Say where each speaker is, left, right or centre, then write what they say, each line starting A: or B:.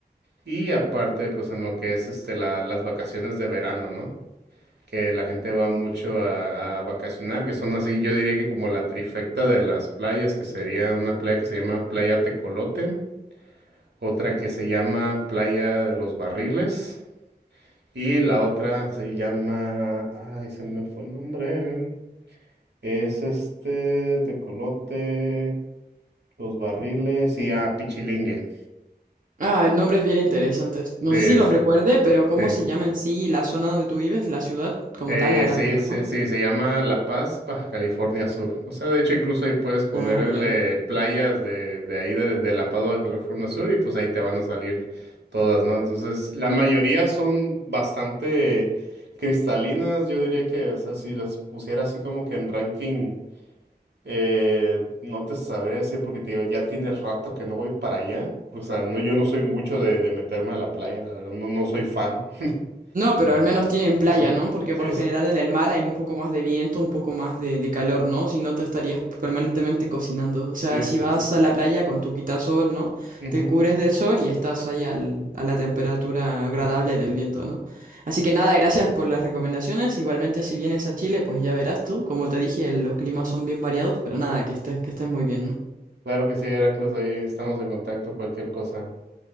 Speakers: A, on the right; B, on the right.
A: y aparte pues en lo que es este la- las vacaciones de verano, ¿no? que la gente va mucho a, a vacacionar, que son así, yo diría que como la trifecta de las playas, que sería una playa que se llama Playa Tecolote, otra que se llama Playa de los Barriles, y la otra se llama, ay, se me fue el nombre, es este Tecolote, Los Barriles y, ah, Pichilingue.
B: Ah, nombres bien interesantes. No
A: Sí,
B: sé si los
A: sí,
B: recuerde, pero ¿cómo
A: sí.
B: se llama en sí la zona donde tú vives, la ciudad como
A: Eh,
B: tal, la Gran
A: sí,
B: Badajoz?
A: sí, sí, se llama La Paz, Baja California Sur. O sea, de hecho, incluso ahí puedes ponerle
B: Ah, ya.
A: playas de, de ahí, de, de La Paz, Baja California Sur, y pues ahí te van a salir todas, ¿no? Entonces, la mayoría son bastante cristalinas. Yo diría que, o sea, si las pusiera así como que en ranking, eh, no te sabría decir porque te digo, ya tiene rato que no voy para allá. O sea, no, yo no soy mucho de, de meterme a la playa, la verdad, no, no soy fan.
B: No, pero
A: Ajá.
B: al menos tienen playa,
A: Sí,
B: ¿no? Porque
A: sí,
B: por lo general en el mar hay un poco más de viento, un poco más de, de calor, ¿no? Si no, te estarías permanentemente cocinando. O
A: sí,
B: sea, si
A: sí,
B: vas
A: sí. sí,
B: a la playa con tu quitasol, ¿no?
A: Ujú,
B: Te cubres del sol y estás ahí al- a la temperatura agradable
A: ujú.
B: del viento, ¿no? Así que nada, gracias por las recomendaciones. Igualmente, si vienes a Chile, pues ya verás tú. Como te dije, los climas son bien variados, pero nada, que estés, que estés muy bien, ¿no?
A: Claro que sí, Heracles, ahí estamos en contacto, cualquier cosa.